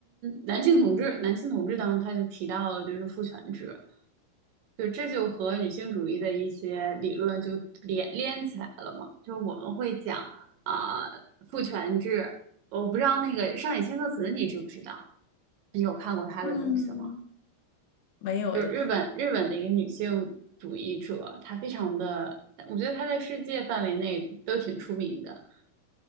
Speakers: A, on the right; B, on the left.
A: 男性统治》，男性统治当中他就提到了就是父权制，就这就和女性主义的一些理论就连连起来了嘛。就是我们会讲啊、呃父权制，我不知道那个上野千鹤子你知不知道？你有看过他的东西吗？
B: 嗯，没有哎。
A: 就是日本日本的一个女性主义者，她非常的，我觉得她在世界范围内都挺出名的。